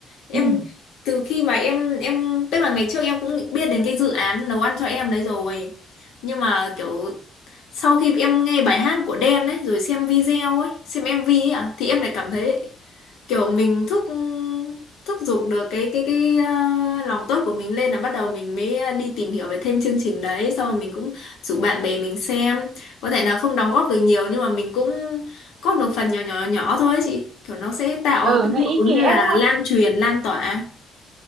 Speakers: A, on the left; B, on the right.
A: em
B: ừ
A: từ khi mà em em tức là ngày trước em cũng biết đến cái dự án nấu ăn cho em đấy rồi nhưng mà kiểu sau khi em nghe bài hát của Đen ấy rồi xem video ấy xem MV ấy ạ thì em lại cảm thấy kiểu mình thúc thúc giục được cái cái cái à, lòng tốt của mình lên là bắt đầu mình mới à, đi tìm hiểu về thêm chương trình đấy xong rồi mình cũng rủ bạn bè mình xem có thể là không đóng góp được nhiều nhưng mà mình cũng góp được phần nhỏ nhỏ nhỏ thôi ấy chị kiểu nó sẽ tạo
B: ừ
A: cái
B: nó
A: hiệu
B: ý
A: ứng
B: nghĩa
A: như là
B: đúng không
A: lan truyền lan tỏa